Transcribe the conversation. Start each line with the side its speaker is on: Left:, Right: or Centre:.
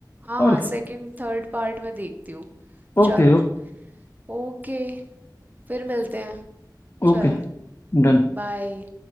Right: हाँ
Left: और
Right: हाँ
Left: क्या
Right: सेकंड थर्ड पार्ट मैं देखती हूँ चलो
Left: ओके
Right: ओके फिर मिलते हैं चलो
Left: Okay done
Right: बाय